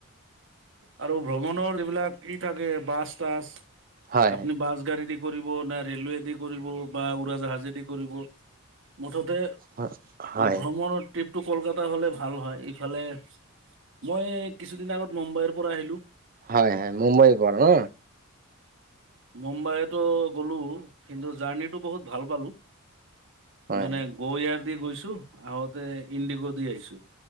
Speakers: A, on the right; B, on the right.
A: আৰু ভ্ৰমণৰ এইবিলাক, ই থাকে বাছ-তাছ
B: হয়
A: আপুনি বাছগাৰি দি কৰিব না, ৰে'লৱেদি কৰিব বা উৰাজাহাজেদি কৰিব। মুঠতে,
B: হয় হয়
A: ভ্ৰমণত ট্ৰিপটো কলকাতা হ'লে ভাল হয় ইফালে, মই কিছুদিন আগত মুম্বাইৰ পৰা আহিলোঁ।
B: হয়-হয়, মুম্বাইৰ পৰা ন।
A: মুম্বাইতো গ'লো, কিন্তু জাৰ্ণিটো বহুত ভাল পালোঁ।
B: হয়
A: মানে গ'য়াৰ দি গৈছো, আহোঁতে ইণ্ডিগ' দি আহিছো।